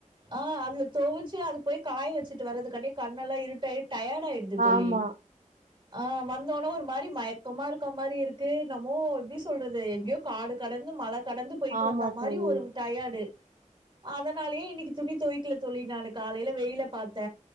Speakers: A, on the right; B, on the right.
A: ஆ அது தொவுச்சு அது போய் காய வச்சுட்டு வரதுக்காட்டி கண்ணெல்லா இருட்டாயி டயர்டாயிருது தோழி
B: ஆமா
A: ஆ வந்தோனே ஒரு மாரி மயக்கமா இருக்க மாரி இருக்கு நம்மோ எப்டி சொல்றது எங்கேயோ காடு கடந்து மழ கடந்து போயிட்டு
B: ஆமா
A: வந்த மாரி
B: தோழி
A: ஒரு டயார்டு அதனாலயே இன்னிக்கு துணி தொவ்கல தோழி நானு காலையில வெயில பாத் த்த